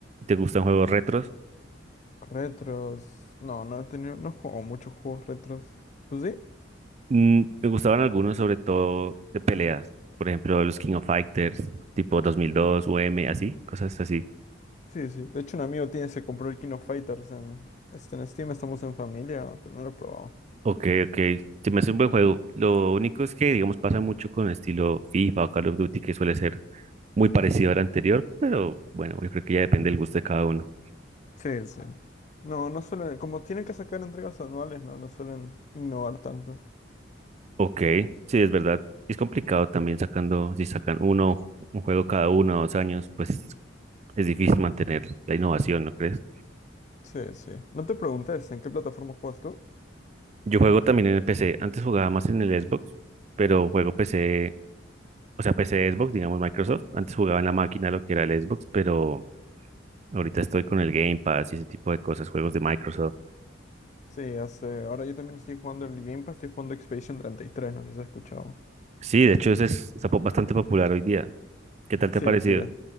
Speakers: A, on the right (about 35°); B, on the left (about 40°).
A: ¿Te gustan juegos retros?
B: Retros, no, no he tenido, no juego muchos juegos retros. ¿Tú sí?
A: Mm, me gustaban algunos, sobre todo de peleas. Por ejemplo, los King of Fighters, tipo 2002, UM, así, cosas así.
B: Sí, sí. De hecho, un amigo tiene, se compró el King of Fighters en, este, en Steam, estamos en familia, pero no lo he probado.
A: Ok, ok. Se me hace un buen juego. Lo único es que, digamos, pasa mucho con el estilo FIFA o Call of Duty, que suele ser muy parecido al anterior, pero bueno, yo creo que ya depende del gusto de cada uno.
B: Sí, sí. No, no suelen, como tienen que sacar entregas anuales, no, no suelen innovar tanto.
A: Ok, sí, es verdad. Es complicado también sacando, si sacan uno, un juego cada uno o dos años, pues es difícil mantener la innovación, ¿no crees?
B: Sí, sí. No te preguntes, ¿en qué plataforma juegas tú?
A: Yo juego también en el PC. Antes jugaba más en el Xbox, pero juego PC, o sea, PC Xbox, digamos Microsoft. Antes jugaba en la máquina lo que era el Xbox, pero ahorita estoy con el Game Pass y ese tipo de cosas, juegos de Microsoft.
B: Sí, hace, ahora yo también estoy jugando el Game Pass, estoy jugando Expedition treinta y tres, no sé si has escuchado.
A: Sí, de hecho, ese es, está po- bastante popular hoy día. ¿Qué tal te
B: Sí,
A: ha parecido?
B: sí,